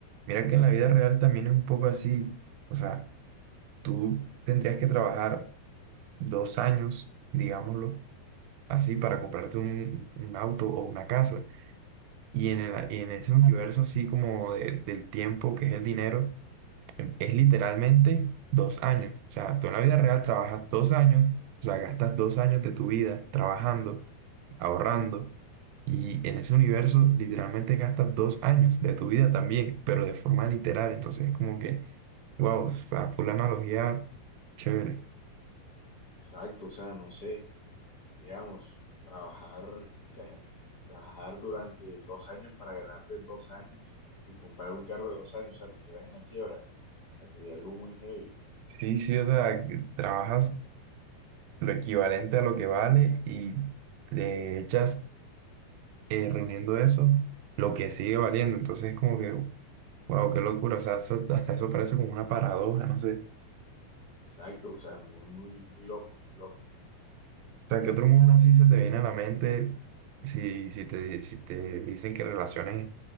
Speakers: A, on the right; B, on the left.
A: mira que en la vida real también es un poco así, o sea, tú tendrías que trabajar dos años, digámoslo así para comprarte un, un auto o una casa. Y en, el- en ese universo así como de- del tiempo, que es el dinero, em, es literalmente dos años. O sea, tú en la vida real trabajas dos años, o sea, gastas dos años de tu vida trabajando, ahorrando. Y en ese universo literalmente gastas dos años de tu vida también, pero de forma literal. Entonces es como que, wow, fue la analogía chévere.
B: Exacto, o sea, no sé, digamos, trabajar, <laughs> trabajar durante dos años para ganarte dos años y comprar un carro de dos años, o sea, te quedas en la quiebra. O sea, sería algo muy heavy.
A: Sí, sí, o sea, que trabajas lo equivalente a lo que vale y le echas eh, reuniendo eso lo que sigue valiendo. Entonces es como que, wow, qué locura. O sea, eso- hasta eso parece como una paradoja, no sé.
B: Exacto, o sea, muy, muy, muy loco, muy loco.
A: O sea, ¿qué otro mundo así se te viene a la mente si, si te, si te dicen que relaciones